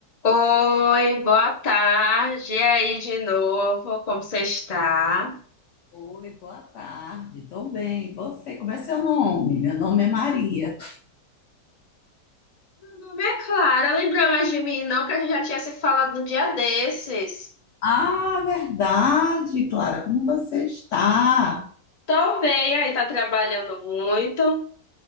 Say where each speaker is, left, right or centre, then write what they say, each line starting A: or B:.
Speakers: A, on the left; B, on the left.
A: Oi, boa tarde. E aí de novo, como você está?
B: Oi, boa tarde. Tô bem. E Você, como é seu nome? Meu nome é Maria.
A: Meu nome é Clara. Lembra mais de mim, não, que a gente já tinha se falado no dia desses.
B: Ah, verdade, Clara, como você está?
A: Tô bem, aí tá trabalhando muito.